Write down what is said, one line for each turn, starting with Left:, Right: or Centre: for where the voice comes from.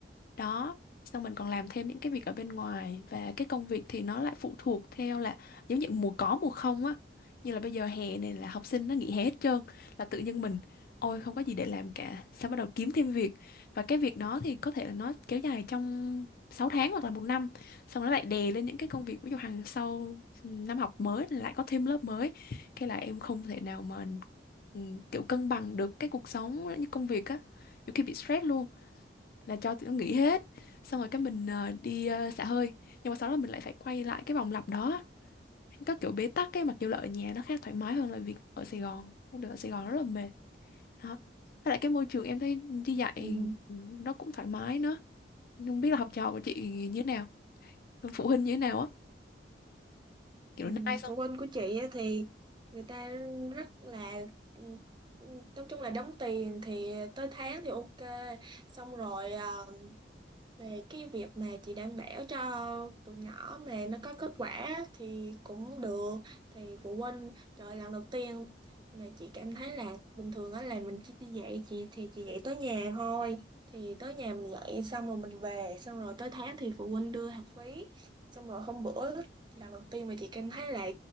Left: đó xong mình còn làm thêm những cái việc ở bên ngoài và cái công việc thì nó lại phụ thuộc theo là giống như mùa có mùa không á như là bây giờ hè này là học sinh nó nghỉ hè hết trơn là tự nhiên mình ôi không có gì để làm cả xong bắt đầu kiếm thêm việc và cái việc đó thì có thể là nó kéo dài trong 6 tháng hoặc là một năm xong nó lại đè lên những cái công việc ví dụ hàng sau ừ, năm học mới thì lại có thêm lớp mới cái là em không thể nào mà ừ, kiểu cân bằng được cái cuộc sống như công việc á nhiều khi bị stress luôn là cho tụi nó nghỉ hết xong rồi cái mình ờ, đi ờ, xả hơi nhưng mà sau đó mình lại phải quay lại cái vòng lặp đó có kiểu bế tắc ấy mặc dù là ở nhà nó khá thoải mái hơn là việc ở Sài Gòn được ở Sài Gòn rất là mệt đó với lại cái môi trường em thấy đi dạy
Right: Ừ.
Left: nó cũng thoải mái nữa Nhưng không biết là học trò của chị như thế nào phụ huynh như thế nào á
Right: Ừm,
Left: kiểu nice không
Right: phụ huynh của chị á thì người ta rất là ừm, ừm, nói chung là đóng tiền thì tới tháng thì ok xong rồi ờ, về cái việc mà chị đảm bảo cho tụi nhỏ mà nó có kết quả thì cũng được thì phụ huynh trời ơi, lần đầu tiên mà chị cảm thấy là bình thường á là mình chỉ đi dạy chị thì chị dạy tới nhà thôi thì tới nhà mình dạy xong rồi mình về xong rồi tới tháng thì phụ huynh đưa học phí xong rồi hôm bữa lần đầu tiên mà chị cảm thấy là